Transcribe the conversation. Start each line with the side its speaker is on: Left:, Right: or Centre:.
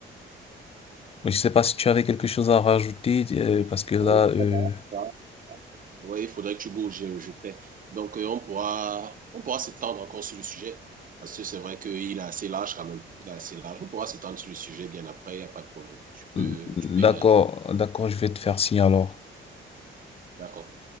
Left: Mais je sais pas si tu avais quelque chose à rajouter, euh, parce que là,
Right: bon,
Left: euh,
Right: ça va, ça va. Oui, il faudrait que tu bouges, je, je sais. Donc, euh, on pourra, on pourra s'étendre encore sur le sujet, parce que c'est vrai qu'il est assez large quand même. Il est assez large. On pourra s'étendre sur le sujet bien après, il n'y a pas de problème. Tu
Left: d'accord,
Right: peux, tu peux y aller.
Left: d'accord, je vais te faire signe alors.
Right: D'accord.